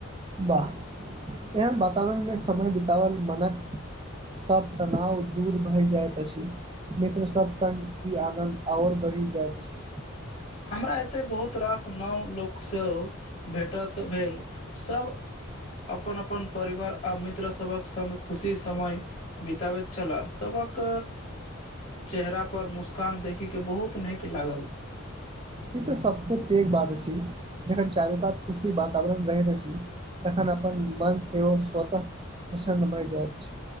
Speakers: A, on the right (about 25°); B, on the left (about 30°).
A: वाह एहन वातावरण मे समय बितावल मनक सभ तनाव दूर भए जाइत अछि मित्र सब संग ई आनन्द आओर बढ़ी जायत अछि
B: हमरा एते बहुत रास नौव लोक से भेटत भेल सब अपन अपन परिवर आ मित्र सबक संग खुशी समय बिताबैत छलाह सभहक चेहरा पर मुस्कान देखी के बहुत नीक लागल
A: ई तऽ सबसँ पैघ बात अछि जखन चारू कात खुशी वातावरण रहैत अछि तखन अपन मन सेहो स्वतः प्रसन्न भए जाइत छै